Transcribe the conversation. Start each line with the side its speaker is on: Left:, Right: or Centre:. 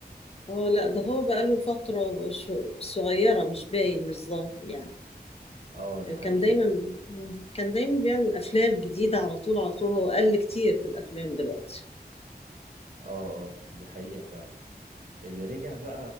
Left: اه لا ده هو بقاله فترة ش- صغيرة مش باين مش ظاهر يعني
Right: اه دي حقيقه
Left: كان دايما كان دايما بيعمل أفلام جديدة على طول على طول هو قل كتير في الأفلام دلوقتي
Right: اه اه دي حقيقه فعلا اللي رجع بقى